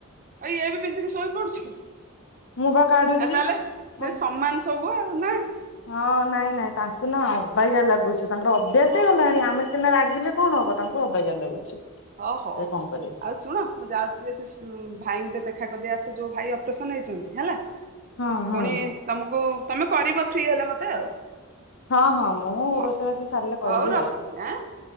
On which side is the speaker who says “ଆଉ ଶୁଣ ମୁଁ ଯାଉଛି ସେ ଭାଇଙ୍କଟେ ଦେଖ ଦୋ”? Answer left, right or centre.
Right